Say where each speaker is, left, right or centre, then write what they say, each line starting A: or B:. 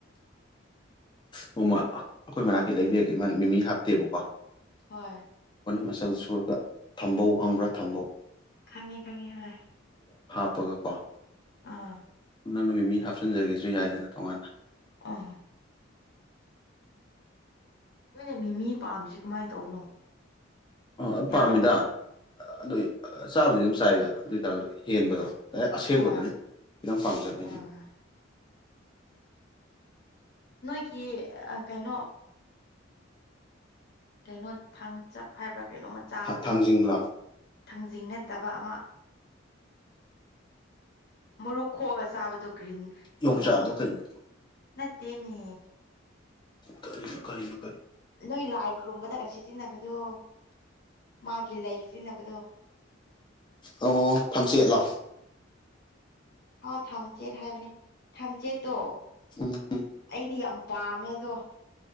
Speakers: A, on the left; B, on the left.
A: ꯅꯣꯡꯃ ꯑꯩꯈꯣꯏ ꯃꯅꯥꯛꯇ ꯂꯩꯕꯤꯔꯒꯦ ꯃꯥ ꯃꯤꯃꯤ ꯍꯥꯞꯇꯦꯕꯀꯣ
B: ꯍꯣꯏ
A: ꯑꯩꯅꯤ ꯃꯆꯜ ꯁꯨꯔꯒ ꯊꯝꯕꯧ ꯈꯪꯕ꯭ꯔꯥ ꯊꯝꯕꯧ
B: ꯈꯪꯉꯦ ꯈꯪꯉꯦ ꯍ
A: ꯍꯥꯞꯄꯒ ꯀꯣ
B: ꯑꯥ
A: ꯅꯪ ꯅꯨꯃꯤꯠ ꯃꯤ ꯍꯥꯞꯆꯤꯟꯖꯒꯦꯁꯨ ꯌꯥꯏꯗꯅ ꯇꯣꯉꯥꯟꯅ
B: ꯑ ꯅꯣꯏꯅ ꯃꯤꯃꯤ ꯄꯥꯝꯃꯤꯁ ꯀꯃꯥꯏꯅ ꯇꯧꯕꯅꯣ
A: ꯑ ꯄꯥꯝꯃꯤꯗ
B: ꯌꯥ
A: ꯑꯗꯨ ꯆꯥꯕꯨꯗꯤ ꯑꯗꯨꯝ ꯆꯥꯏꯕꯗ ꯑꯗꯨ ꯑꯣꯏꯇꯥꯔ ꯍꯦꯟꯕꯗꯣ ꯑꯁꯦꯡꯕꯗꯨꯅꯦ
B: ꯍꯣꯏ
A: ꯈꯤꯇꯪ ꯄꯥꯝꯖꯕ
B: ꯍꯣꯏ ꯅꯣꯏꯒꯤ ꯀꯩꯅꯣ ꯀꯩꯅꯣ ꯊꯥꯡ ꯆꯞ ꯍꯥꯏꯕ꯭ꯔꯥ ꯀꯩꯅꯣꯃ ꯆꯥꯕꯗꯣ
A: ꯊꯥꯡꯖꯤꯡ ꯂꯥꯎ
B: ꯊꯥꯡꯖꯤꯡ ꯅꯠꯇꯕ ꯑꯃ ꯃꯨ ꯈꯣꯛꯑꯒ ꯆꯥꯕꯗꯨ ꯀ꯭ꯔꯤꯟ ꯀꯩꯅꯣ
A: ꯌꯣꯡꯆꯥꯛꯂꯣ ꯀꯩꯅꯣ
B: ꯅꯠꯇꯦꯃꯦ
A: ꯀꯅ ꯀꯔꯤꯅ
B: ꯅꯣꯏ ꯂꯥꯏ ꯈꯨꯔꯨꯝꯕꯗꯒꯁꯤ ꯁꯤꯖꯤꯟꯅꯕꯗꯣ ꯃꯥꯒꯤ ꯂꯩ ꯁꯤꯖꯤꯟꯅꯕꯗꯣ
A: ꯑꯣ ꯐꯝꯆꯦꯠꯂꯣ
B: ꯍ ꯊꯝꯆꯦꯠ ꯍꯥꯏꯕꯅꯦ ꯊꯝꯆꯦꯠꯇꯣ
A: ꯎꯝ ꯎꯝ
B: ꯑꯩꯗꯤ ꯌꯥꯝ ꯇꯥꯃꯦꯗꯣ